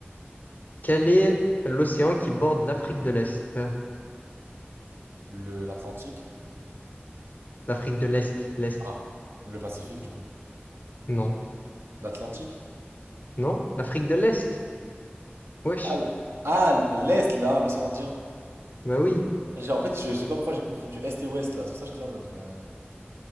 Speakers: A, on the left (about 45°); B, on the right (about 75°).
A: Quel est l'océan qui borde l'Afrique de l'Est? Euh,
B: Le, l'Atlantique.
A: L'Afrique de l'Est, l'Est.
B: Ah, le Pacifique du coup.
A: Non.
B: L'Atlantique.
A: Non? L'Afrique de l'Est. Wesh.
B: Ah, l- ah, l'Est là, l'océan Indien.
A: Bah oui.
B: J'ai- En fait, je, je sais pas pourquoi j'ai confondu Est et Ouest là. C'est pour ça que j'étais là en mode. bah,